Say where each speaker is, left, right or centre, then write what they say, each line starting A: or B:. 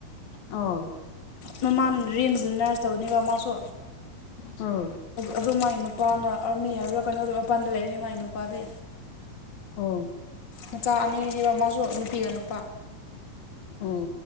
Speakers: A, on the left; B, on the left.
A: ꯑꯧ
B: ꯃꯃꯥꯟ ꯔꯤꯝꯁꯇ ꯅꯔꯁ ꯇꯧꯅꯦꯕ ꯃꯥꯁꯨ
A: ꯑꯧ
B: ꯑꯗꯨ ꯃꯥꯏ ꯅꯨꯄꯥꯅ ꯑꯔꯃꯤ ꯍꯥꯏꯕ꯭ꯔꯥ ꯀꯩꯅꯣꯗꯣ ꯃꯄꯥꯟꯗ ꯂꯩꯔꯤꯅꯤ ꯃꯥꯒꯤ ꯅꯨꯄꯥꯗꯤ
A: ꯑꯣ
B: ꯃꯆꯥ ꯑꯅꯤꯅꯤꯕ ꯃꯥꯁꯨ ꯅꯨꯄꯤꯒꯅꯨ
A: ꯑꯣ